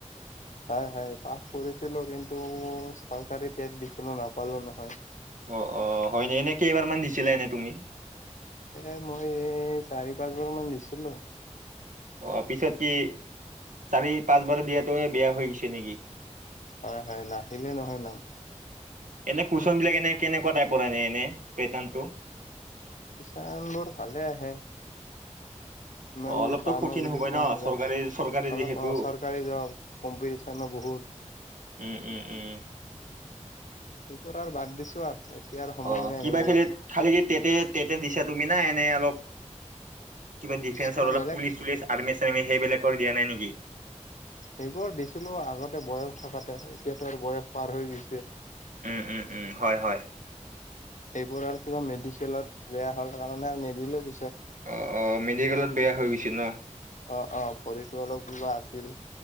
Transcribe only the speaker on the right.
অ অ হয়নে এনে কেইবাৰমান দিছিলা এনে তুমি
অ পিছত কি চাৰি পাঁচ বাৰ দিয়াতোয়ে বেয়া হৈ গৈছে নেকি?
এনে কুৱচন বিলাক এনে কেনেকুৱা টাইপৰ আনে এনে পেটাৰ্টো
অ অলপতো
কঠিন
হব
ন
চৰকাৰী চৰকাৰী
যিহেতু
উম উম উম
অ
কিবা
খেলি খালি তেতে তেতে দিছা তুমি না এনেই অলপ কিবা ডিফেন্সৰ
অলপ
পুলিচ চুলিচ আৰ্মি চাৰমি সেইবিলাকৰ দিয়া নাই নেকি
উম উম উম হয় হয়
অ অ মেডিকেলত বেয়া হৈ গৈছে ন